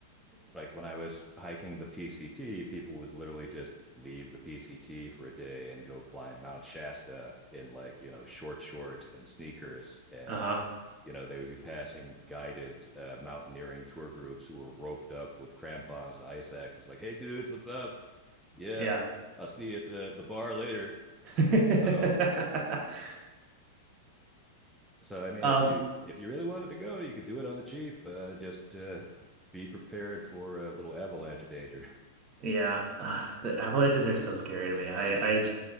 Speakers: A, in the centre; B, on the right.
A: like when I was hiking the PCT, people would literally just leave the PCT for a day and go climb Mount Shasta in like, you know, short shorts and sneakers and
B: Uh-huh.
A: you know, they would be passing guided uh, mountaineering tour groups who were roped up with crampons and ice axes like, "Hey dudes, what's up? Yeah,
B: Yeah.
A: I'll see you at the the bar later."
B: <laughs>
A: So, so I mean,
B: Um,
A: if you if you really wanted to go, you could do it on the cheap. Uh, just uh, be prepared for a little avalanche danger.
B: yeah. Uh, the avalanches are so scary to me. I